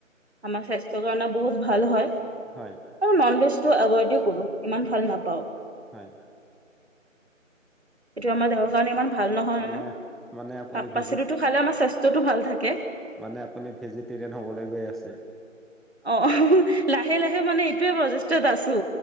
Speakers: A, on the right (about 50°); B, in the centre.
A: আমাৰ স্বাস্থ্যৰ কাৰণে বহুত ভাল হয়।
B: হয়।
A: আৰু নন ভেজটো এভইডে কৰোঁ। ইমান ভাল নাপাওঁ।
B: হয়
A: এইটো আমাৰ দেহৰ কাৰণে ইমান ভাল নহয়
B: মানে মানে আপুনি
A: শাক
B: ভেজি
A: পাচলিটো খালে আমাৰ স্বাস্থ্যটো ভাল থাকে
B: মানে আপুনি ভেজিটেৰিয়ান হবলৈ গৈ আছে।
A: অ', লাহে লাহে মানে এইটোৱে প্ৰচেষ্টাত আছো,